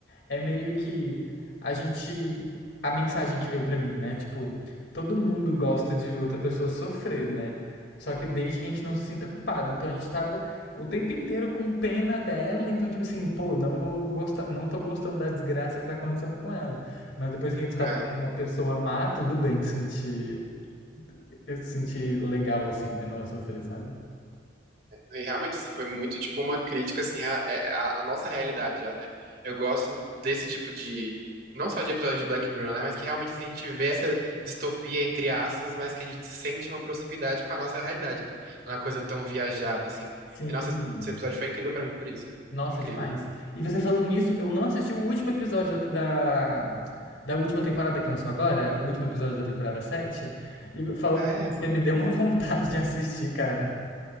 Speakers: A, on the left; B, on the right.
A: é meio que a gente. A mensagem que veio pra mim, né? Tipo, todo mundo gosta de ver outra pessoa sofrer, né? Só que desde que a gente não se sinta culpado. Então a gente tava o tempo inteiro com pena dela, então, tipo assim, pô, não vou gostar, não tô gostando da desgraça que tá acontecendo com ela. Mas depois que a gente descobre
B: É.
A: que ela é uma pessoa má, tudo bem sentir, eu sentir legal, assim, vendo ela sofrer, sabe?
B: E realmente, assim, foi muito tipo uma crítica assim à, é, à- à nossa realidade já, né? Eu gosto desse tipo de não só de episódio de Black Mirror, né, mas que realmente assim, a gente vê essa distopia entre aspas, mas que a gente sente uma proximidade com a nossa realidade, né? Não é uma coisa tão viajada assim.
A: Sim.
B: E nossa, esse episódio foi incrível pra mim por isso.
A: Nossa,
B: Incrível.
A: demais. E você falando nisso, eu não assisti o último episódio da, da, da última temporada que lançou agora, o último episódio da temporada 7 e falando
B: É.
A: com você me deu uma <laughs> vontade de assistir, cara.